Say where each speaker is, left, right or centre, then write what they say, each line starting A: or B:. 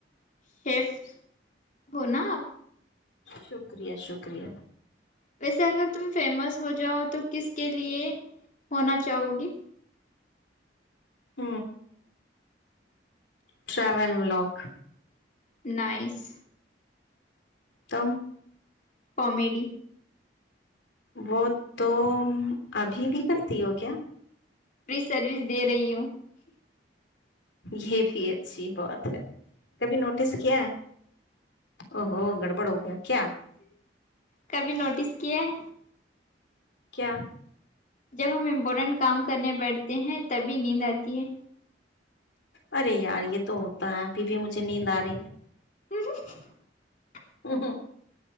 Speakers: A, on the left (about 45°); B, on the left (about 75°).
A: شیف ہو نا آپ
B: شکریہ شکریہ
A: ویسے اگر تم فیمس ہو جاؤ تو کس کے لیے ہونا چاہو گی
B: ہ ٹرول بلاک
A: نائس
B: تم
A: کامیڈی
B: وہ تو ابھی بھی کرتی ہو کیا
A: فری سروس دے رہی ہوں فےث
B: یہ بھی اچھی بہات ہے کبھی نوٹس کیا ہے ا ہوو گڑبڑ ہو گیا کیا
A: کبھی نوٹس کیا ہے
B: کیا
A: جب ہم امپورٹنٹ کام کرنے بیٹھتے ہیں تبھی نیند آتی ہے
B: ارے یار یہ تو ہوتا ہے ابھی بھی مجھے نیند آ رہی ہے
A: <inaudible>
B: ہ ہوں